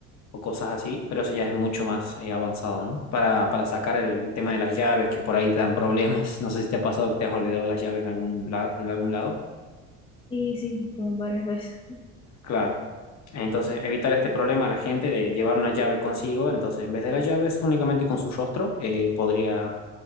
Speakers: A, on the left; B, on the left.
A: o cosas así, pero eso ya es mucho más eh, avanzado, ¿no? Para, para sacar el tema de las llaves, que por ahí te dan problemas. <laughs> No sé si te ha pasado que te has olvidado las llaves en algún, la- en algún lado.
B: Sí, sí, como varias veces.
A: Claro. Entonces, evitar este problema a la gente de llevar una llave consigo. Entonces, en vez de las llaves, únicamente con su rostro, eh, podría,